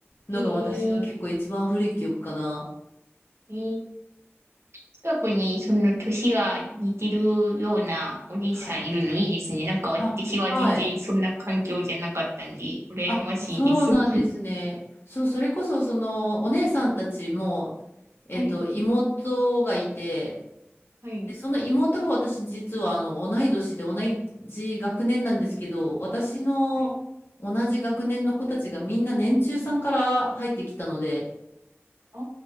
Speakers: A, on the left; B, on the right.
A: のが私の結構一番古い記憶かな。
B: えー、えー近くにその年が似てるようなお兄さんいるのいいですね。
A: はい。
B: なんか私は全然そんな環境じゃなかったんで、
A: あ、はい。
B: 羨ましいです。
A: あ、そうなんですね。
B: <laughs>
A: そう、それこそそのお姉さんたちも、えっと、
B: はい、
A: 妹がいて、
B: はい、
A: で、その妹が私実はあの同い年で同じ学年なんですけど、私の同じ学年の子たちがみんな年中さんから入ってきたので、
B: はい。あ